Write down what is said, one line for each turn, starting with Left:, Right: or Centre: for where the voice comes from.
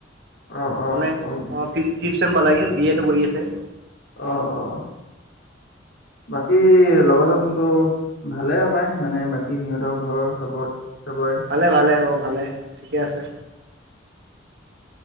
Left: অ', অ'।
Right: মানে ফিফ চেম লাগে বি এ টো কৰি আছে।
Left: আহ অ। বাকী লগৰজনতো ভালে পায় মানে বাকী সিহঁতৰ ঘৰ চবত চবৰে।
Right: ভালে ভালে অঁ ভালে ঠিকে আছে।